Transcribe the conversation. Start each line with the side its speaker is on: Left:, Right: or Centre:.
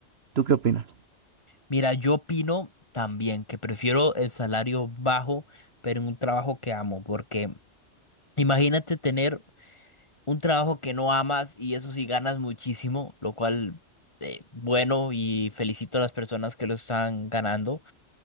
Right: ¿Tú qué opinas?
Left: Mira, yo opino también que prefiero el salario bajo, pero en un trabajo que amo, porque imagínate tener un trabajo que no amas y eso sí ganas muchísimo, lo cual, eh, bueno, y felicito a las personas que lo están ganando.